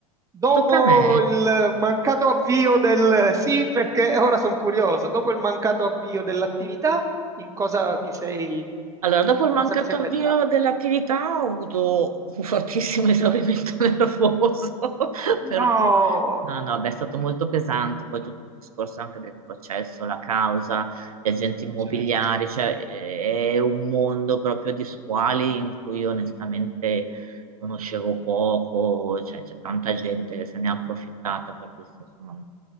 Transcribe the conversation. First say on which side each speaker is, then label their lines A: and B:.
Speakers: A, on the right; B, on the right.
A: Dopo
B: Tocca a me.
A: il mancato avvio del sì, perché ora sono curioso, dopo il mancato avvio dell'attività, in cosa ti sei,
B: Allora,
A: in
B: dopo il mancato
A: cosa ti sei inventato?
B: avvio dell'attività ho avuto un fortissimo <laughs> esaurimento nervoso, <laughs>
A: No,
B: per cui no, no, beh, è stato molto pesante, poi tutto il discorso anche del processo, la causa, gli agenti immobiliari,
A: certo.
B: cioè eh, è un mondo proprio di squali in cui onestamente conoscevo poco, cioè c'è tanta gente che se ne è approfittata, per cui sì, insomma,